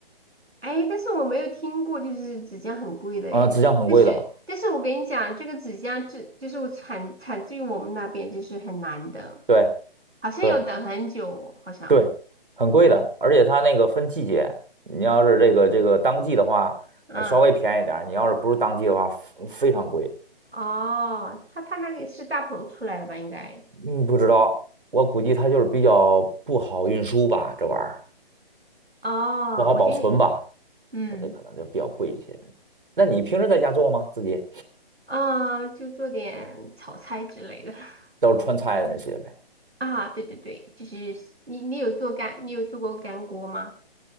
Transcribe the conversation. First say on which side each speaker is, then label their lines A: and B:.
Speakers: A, on the right; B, on the right.
A: 哎，但是我没有听过，就是指甲很贵的哎。
B: 嗯、浙江很贵的，
A: 但是，但是我跟你讲，这个指甲这就是我产产自于我们那边，就是很难的，
B: 对
A: 好像要等很久，
B: 对
A: 好像。
B: 对，很贵的，而且他那个分季节，你要是这个这个当季的话，
A: 嗯，
B: 还稍微便宜点儿你要是不是当季的话，非非常贵。
A: 哦，他他那个是大棚出来的吧？应该。
B: 嗯，不知道，我估计他就是比较不好运输吧，这玩意儿
A: 哦，
B: 不好保存吧，
A: 我觉得你，嗯，
B: 这可能就比较贵一些。那你平时在家做吗？自己？
A: 啊、就做点炒菜之类的。<laughs>
B: 都是川菜的那些呗。
A: 啊，对对对，就是你你有做干，你有做过干锅吗？